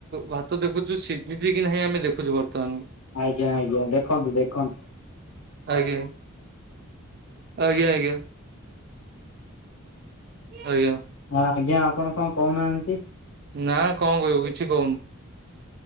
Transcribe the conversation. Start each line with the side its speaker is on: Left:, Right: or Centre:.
Right: ଭାତ ଦେଖୁଚୁ ସିଝିଚି କି ନାହିଁ ଆମେ ଦେଖୁଚୁ ବର୍ତ୍ତମାନ।
Left: ଆଜ୍ଞା ଆଜ୍ଞା ଦେଖନ୍ତୁ ଦେଖନ୍ତୁ।
Right: ଆଜ୍ଞା ଆଜ୍ଞା ଆଜ୍ଞା। ଆଜ୍ଞା।
Left: ହଁ ଆଜ୍ଞା ଆପଣ କଣ କହୁନାହାନ୍ତି।
Right: ନା କଣ କହିବୁ କିଛି କୋହୁନି